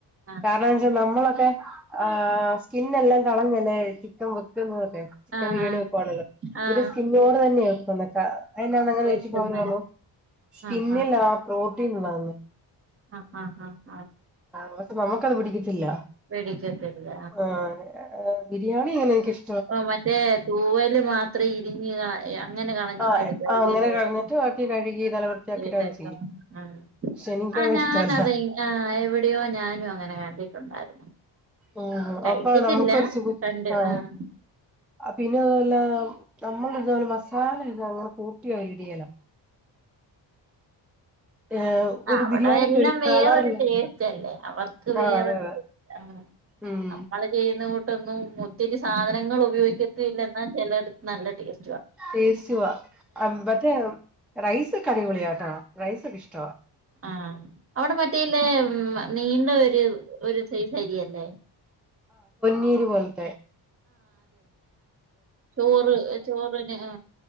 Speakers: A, on the right (about 30°); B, in the centre.
A: ആഹ്
B: കാരണംച്ച നമ്മളൊക്കെ ആ സ്കിൻ ന്നെല്ലാം കളഞ്ഞല്ലേ ചിക്കൻവെക്ക്ന്ന്ക്കോ ചിക്കൻ
A: ആഹ്
B: ബിരിയാണിവെക്കുവാണല്ലോ
A: ആഹ് ആഹ്
B: ഒരു സ്കിംന്നോഡ്തന്നെ എൾപവെക്കാം <unintelligible>
A: വെക്കുന്ന
B: സ്കിംന്നിലാ
A: ആഹ്
B: ആ പ്രോട്ടീൻണ്ടാവുന്നെ
A: ആഹ ആഹ ആഹ
B: <unintelligible> നമ്മുക്കത് പിടിക്കത്തില്ല
A: വേടിക്കത്തില്ല
B: ആ ബിരിയാണി എനക്കിഇഷ്
A: ആ മറ്റേ തൂവല്മാത്രം ഇരിഞ്ഞ <unintelligible> അങ്ങനെ കളഞ്ഞിട്ട്എടുക്കാ <unintelligible>
B: ആഹ് അങ്ങനെ കളഞ്ഞിട്ട് ബാക്കി കഴുകി നല്ല വൃത്തിയാക്കിട്ട്
A: <unintelligible>
B: അവര് ചെയ്യും പക്ഷെ എനിക്കത്
A: ആഞാനത്ഇൻ
B: ഇഷ്ടല്ല
A: ആ എവിടെയോ ഞാനുങ്ങനെ കണ്ടിട്ടുണ്ടായിരുന്നു
B: ഉ
A: കഴിച്ചിട്ടില്ല
B: അപ്പൊനമ്മുക്കൊരു സുഖു
A: കണ്ട്
B: ആഹ
A: ആഹ്
B: പിന്നോതല്ല നമ്മള്ഇതുവോലെ മസാല ഇതുങ്ങ് കൂട്ടിയൊടിയല്ല ഏഹ് ഒരു
A: അവിടെഎല്ലാം
B: ബിരിയാണിക്ക് ഒരു
A: വേറൊരുടേസ്റ്റ്അല്ലേ
B: കളറില്ല
A: അവർക്ക് വെറൊരുടേസ്റ്റ്
B: ആഹ് അതെ അതെ
A: ഉം
B: ഉം
A: നമ്മള്ചെയ്യുന്ന തൊന്നും ഒത്തിരിസാധനങ്ങൾ ഉപയോഗിക്കത്തില്ല എന്നച്ചെലെട്ത്ത് നല്ലടേസ്റ്റ്ല്ലെ
B: ടേസ്റ്റ് <unintelligible> മറ്റേ റൈസ്ക്കെഅടിപൊളിയാട്ടോ റൈസൊക്കെഇഷ്ടാ
A: ആ അവിടെമറ്റേന്ന് നീണ്ടഒരു ഒരുസൈസരിയല്ലേ?
B: <unintelligible> പോൽത്തെ
A: ചോറ് ചോറിന്ആ